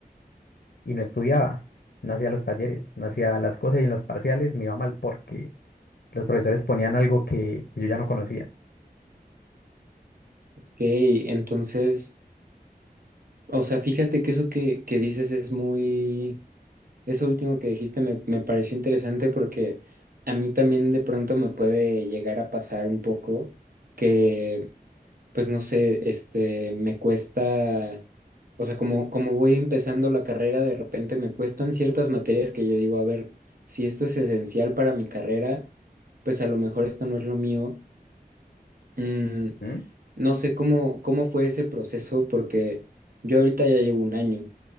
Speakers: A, on the left; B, on the right.
A: Y no estudiaba, no hacía los talleres, no hacía las cosas y en los parciales me iba mal porque... los profesores ponían algo que, que yo ya no conocía.
B: Ok, entonces, o sea, fíjate que eso que, que dices es muy, eso último que dijiste me, me pareció interesante porque a mí también de pronto me puede llegar a pasar un poco que pues no sé, este, me cuesta, o sea, como, como voy empezando la carrera, de repente me cuestan ciertas materias que yo digo, a ver, si esto es esencial para mi carrera, pues a lo mejor esto no es lo mío. Mm,
A: ¿Mm?
B: no sé cómo, cómo fue ese proceso, porque yo ahorita ya llevo un año